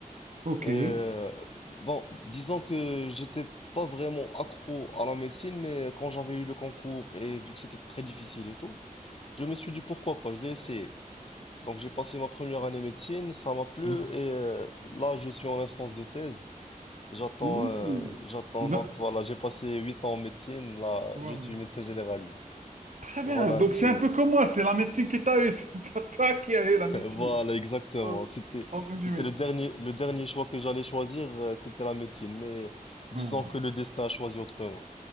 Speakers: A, on the right; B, on the left.
A: ok.
B: Euh,
A: Oui,
B: bon, disons que j'étais pas vraiment accro à la médecine, mais quand j'avais eu le concours et vu que c'était très difficile et tout, je me suis dit pourquoi pas, je vais essayer. Donc j'ai passé ma première année médecine, ça m'a plu
A: oui.
B: et euh, là je suis en instance de thèse. J'attends,
A: Oui.
B: euh, j'attends
A: Da-
B: donc voilà, j'ai passé 8 ans en médecine, là
A: voilà.
B: je suis médecin généraliste.
A: Très bien.
B: Voilà
A: Donc,
B: un petit,
A: c'est un peu comme moi, c'est la médecine que tu as eue, <laughs> c'est pas toi qui as eu la médecine.
B: Voilà, exactement.
A: En,
B: C'était,
A: en résumé.
B: c'était le dernier, le dernier choix que j'allais choisir, euh, c'était la médecine. Mais disons
A: Oui, voilà.
B: que le destin a choisi autrement.